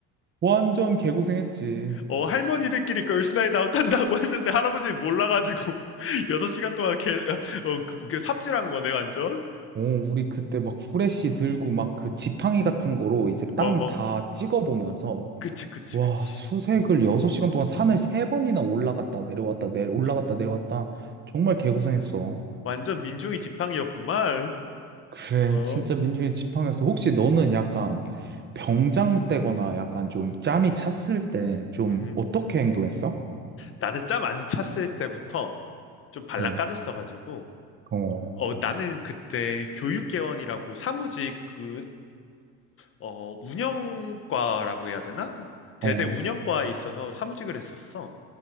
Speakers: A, on the right (about 30°); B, on the left (about 40°).
A: 완전 개고생했지.
B: 어, 할머니들끼리 걸스나잇 아웃 한다고 했는데 할아버지 몰라가지고 <laughs> 6시간 동안 개, 어, 어, 그, 뭐, 그 삽질한 거네, 완전.
A: 어, 우리 그때 막 후레쉬 들고 막 그 지팡이 같은 거로 이제 땅
B: 어, 어.
A: 다 찍어보면서
B: 그치, 그치,
A: 와,
B: 그치.
A: 수색을 6시간 동안 산을 세번이나 올라갔다 내려왔다 내 올라갔다
B: 아,
A: 내려왔다 정말 개고생했어.
B: 완전 민중이 지팡이였구만.
A: 그래,
B: 어,
A: 진짜 민중의 지팡이였어. 혹시 너는 약간 병장 때거나 약간 좀 짬이 찼을 때 좀
B: 음.
A: 어떻게 행동했어?
B: 나는 짬 안 찼을 때부터 좀 발랑
A: 어,
B: 까졌어가지고.
A: 어,
B: 어, 나는 그때 교육개원이라고 사무직 그 어, 운영과라고 해야 되나? 대대
A: 어,
B: 운영과에 있어서 사무직을 했었어.